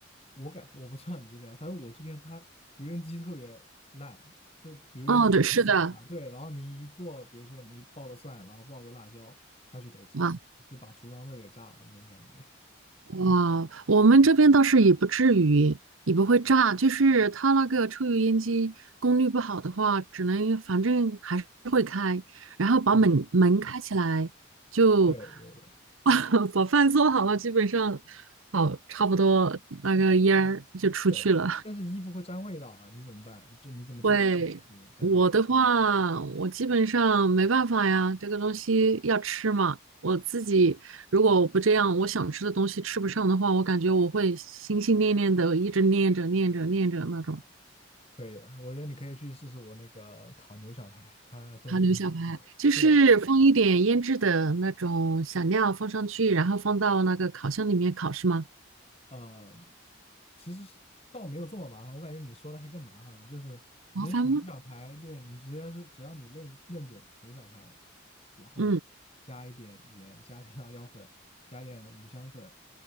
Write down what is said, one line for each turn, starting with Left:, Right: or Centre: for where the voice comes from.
Left: 我感我不知道你这边，反正我这边它油烟机特别烂，就油烟机特别差。
Right: 哦，对，是的，
Left: 对，然后你一做，比如说你爆个蒜，然后爆个辣椒，它就得
Right: 啊，
Left: 就把厨房都得炸了那种感觉。
Right: 哇，我们这边倒是也不至于，也不会炸，就是它那个抽油烟机功率不好的话，只能反正还是会开，然后把门门开起来，
Left: 是，
Right: 就。
Left: 对对对
Right: <laughs> 把饭做好了，基本上好差不多那个烟儿就出去了。
Left: 对，但是衣服会沾味道啊，你怎么办？就你怎么解决衣服沾味道？
Right: 会，我的话，我基本上没办法呀，这个东西要吃嘛。我自己如果我不这样，我想吃的东西吃不上的话，我感觉我会心心念念的一直念着念着念着那种
Left: 可以的，我觉得你可以去试试我那个烤牛小排，它真的挺好吃的。
Right: 糖牛小排，就是放一点腌制的那种小料放上去，
Left: 对，
Right: 然后放到那个烤箱里面烤，是吗？
Left: 呃，其实是倒没有这么麻烦，我感觉你说的还更麻烦就是其实你牛小排，
Right: 麻烦吗？
Left: 对你直接是只要你认认准牛小排，然后你加一点盐，
Right: 嗯，
Left: 加点辣椒粉，加点五香粉，